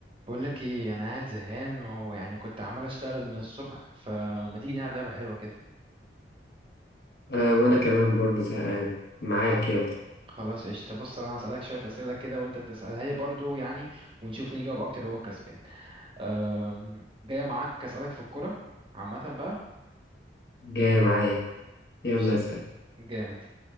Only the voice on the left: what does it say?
آه وأنا كمان برضه زهقان معاك يلا
جاية معايا يلا
اسأل